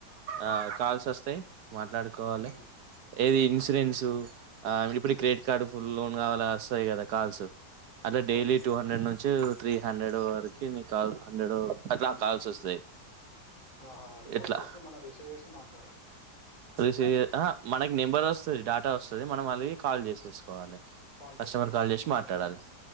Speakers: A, on the right; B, on the left.
A: ఆ కాల్సోస్తాహ్ మాట్లాడుకోవాలి
B: ఉమ్,
A: ఏది ఇన్సూరెన్సు
B: ఉమ్.
A: ఆ ఇప్పుడు క్రెడిట్ కార్డు ఫుల్ లోన్ కావాల వస్తాయి కదా కాల్స్ అదే
B: అవునండి
A: డైలీ టూ హండ్రెడ్ నుంచి త్రీ హండ్రెడ్ వరకు నీ కాల్ హండ్రెడ్ అట్లా
B: అవునండి
A: కాల్స్ వస్తుాయి
B: ఆహా అది కాల్స్
A: ఎట్లా
B: వస్తే మనం రిసీవ్ చేసి మాట్లాడాలి
A: రిసవ్ మనకి నెంబర్ వస్తుంది డేటా వస్తుంది మనం మళ్ళకి కాాల చేస్ తీసుకోవాలి
B: కాల్
A: కస్టమర్
B: చేసుకోవాలి
A: కాల్ చేసి
B: మనం
A: మాట్లాడాలి